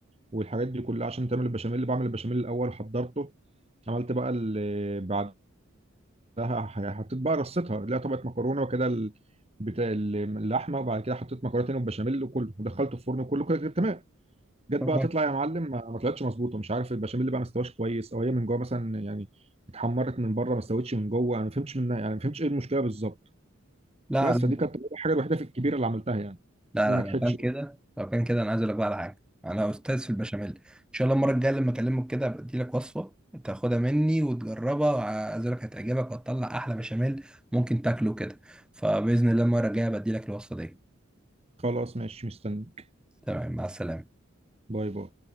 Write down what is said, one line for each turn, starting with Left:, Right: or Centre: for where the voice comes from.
Right: والحاجات دي كلها عشان تعمل البشاميل بعمل البشاميل الاول حضرته عملت بقى ال- بعد لا ح- حطيت بقى رصتها لا طبقة مكرونة وكده ال- بتاع ال- اللحمة وبعد كده حطيت مكرونة تاني وبشاميل وكله ودخلته الفرن وكله كده كده تمام جت
Centre: تمام
Right: بقى تطلع يا معلم ما ما طلعتش مظبوطة مش عارف البشاميل بقى ما استواش كويس او هي من جوه مثلا يعني اتحمرت من بره ما استوتش من جوه انا ما فهمتش منها يعني ما فهمتش ايه المشكلة بالظبط
Centre: لا
Right: بس
Centre: لا،
Right: فدي كانت الحاجة الوحيدة في الكبيرة اللي عملتها يعني
Centre: لا
Right: وما
Centre: لا
Right: نجحتش
Centre: لو كان كده لو كان كده انا عايز اقول لك بقى على حاجه انا استاذ في البشاميل ان شاء الله المره الجايه لما اكلمك كده بدي لك وصفه تاخدها مني وتجربها وعايز أقول لك هتعجبك وهتطلع احلى بشاميل ممكن تاكله كده فباذن الله المره الجايه بدي لك الوصفه دي
Right: خلاص ماشي مستنيك
Centre: تمام مع السلامه
Right: باي باي